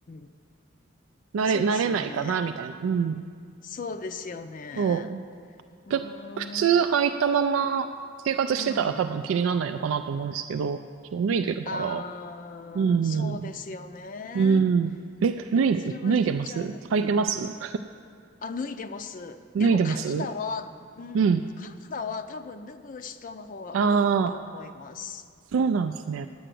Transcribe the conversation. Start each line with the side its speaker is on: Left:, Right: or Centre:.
Left: ん。
Right: 慣れ、
Left: そうですよね。
Right: 慣れないかな、みたいな。うん。
Left: そうですよね。
Right: そう。
Left: うー
Right: ちょ靴履いたまま生活してたら多分気にならないのかなと思うんですけど、
Left: ん、うん。
Right: そう、脱いでるから。
Left: ああ、
Right: うん。
Left: そうですよね。
Right: うん。え、脱いで、
Left: それは気持ち悪い。
Right: 脱いでます履いてます
Left: あ、脱いでます。でもカナダは、
Right: 脱いでます
Left: うん、
Right: うん。
Left: カナダは多分脱ぐ人の方が多いと思います。
Right: ああ、そうなんですね。